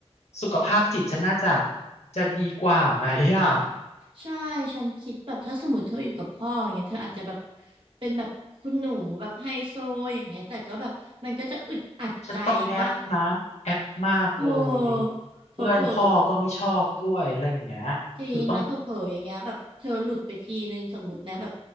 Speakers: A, on the left; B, on the right.
A: สุขภาพจิตฉันน่าจะจะดีกว่าไหมอ่ะ
B: ใช่ฉันคิดแบบถ้าสมมติเธออยู่กับพ่ออย่างเงี้ยเธออาจจะแบบเป็นแบบคุณหนูแบบไฮโซอย่างเงี้ยแต่ก็แบบมันก็จะอึดอัดใจปะ
A: ฉันต้องแอปนะแอปมากเลย
B: โอ้เผลอเผลอ
A: เพื่อนพ่อก็ไม่ชอบด้วยอะไรอย่างเงี้ยคือต้อง
B: จริงแล้วเผลอเผลออย่างเงี้ยแบบเธอหลุดไปทีนึงสมมตินะแบบ